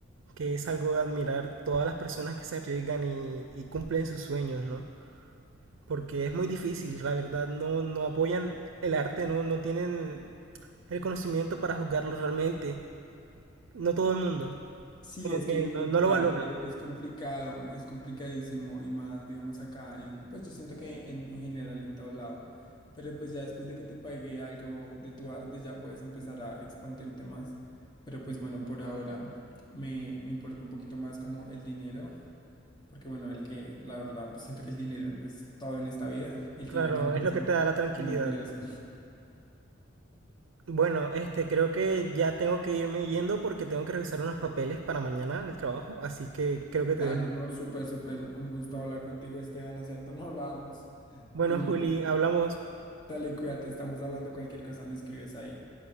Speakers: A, on the right (about 80°); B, on the left (about 20°).
A: que es algo de admirar todas las personas que se arriesgan y, y cumplen sus sueños, ¿no? Porque es muy difícil, la verdad. No, no apoyan el arte, no, no tienen el conocimiento para juzgarlo realmente. No todo el mundo.
B: Sí,
A: Como
B: es
A: que
B: que vivir
A: no, no
B: del
A: lo
B: arte
A: valoran.
B: es complicado, es complicadísimo y más, digamos, acá en, pues yo siento que en, en general en todo lado. Pero pues ya después de que te pague algo de tu arte, ya puedes empezar a expandirte más. Pero pues bueno, por ahora me, me importa un poquito más como el dinero. Porque bueno, el que, la verdad, pues siento que el dinero es todo en esta vida y el
A: Claro,
B: que diga que no
A: es
B: es
A: lo que te da la tranquilidad.
B: mentiroso.
A: Bueno, este, creo que ya tengo que irme yendo porque tengo que revisar unos papeles para mañana el trabajo, así que creo que te
B: Dale,
A: dejo.
B: no, súper, súper, un gusto hablar contigo, Esteban, hace cierto, no hablábamos.
A: Bueno,
B: Dime,
A: Juli, hablamos.
B: Dale, cuídate, estamos hablando cualquier cosa, me escribes ahí.